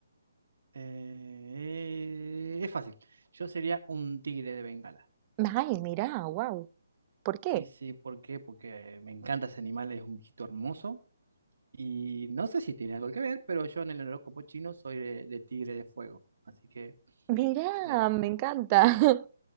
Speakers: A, on the right; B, on the right.
A: Eh, es fácil. Yo sería un tigre de Bengala.
B: Ay, mirá, wow. ¿Por qué?
A: Sí, sí, ¿por qué? Porque me encanta ese animal, es un bichito hermoso. Y no sé si tiene algo que ver, pero yo en el horóscopo chino soy de, de tigre de fuego. Así que...
B: Mirá,
A: eh,
B: me encanta. <laughs>